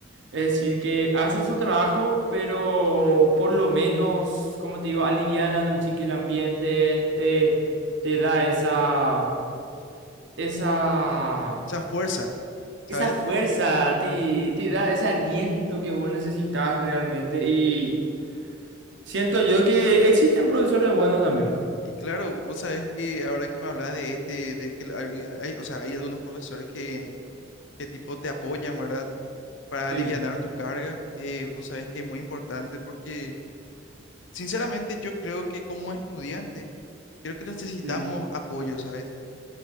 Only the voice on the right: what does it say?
Es decir, que hacen su trabajo, pero por lo menos, como te digo, alivianan un chiqui el ambiente, te, te da esa, esa,
esa
fuerza, te, te da ese aliento que vos necesitas realmente. Y siento yo que existen profesores buenos también.
Sí,
sí,